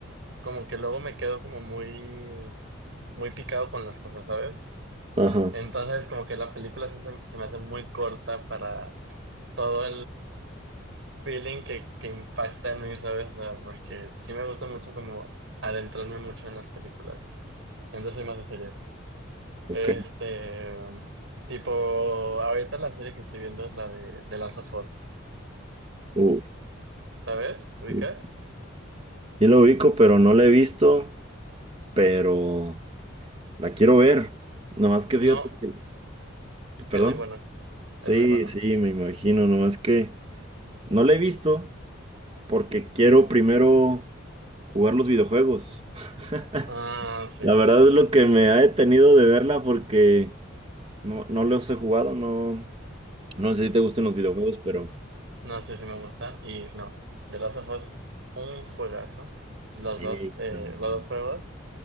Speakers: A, on the right; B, on the right.
A: como que luego me quedo como muy, muy picado con las cosas, ¿sabes?
B: Ajá.
A: Entonces como que la película sí se, se me hace muy corta para todo feeling que, que impacta en mí, ¿sabes? O sea, porque sí me gusta mucho como adentrarme mucho en las películas. Entonces soy más de series.
B: Ok.
A: Este, tipo, ahorita la serie que estoy viendo es la de, de Last of Us,
B: Uf,
A: ¿sabes? ¿Ubicas?
B: uf. Yo lo ubico, pero no la he visto, pero la quiero ver. Nomás que
A: No,
B: fíjate que- Perdón.
A: es muy buena,
B: Sí,
A: es muy buena.
B: sí, me imagino. Nomás que no la he visto porque quiero primero jugar los videojuegos. <laughs>
A: Ah, sí,
B: La verdad es lo que me ha detenido de verla porque no, no los he jugado, no. No sé si te gustan los videojuegos, pero
A: no sé si me gustan. Y no, The Last of Us, un juegazo. Los
B: sí,
A: dos, eh,
B: también.
A: los dos juegos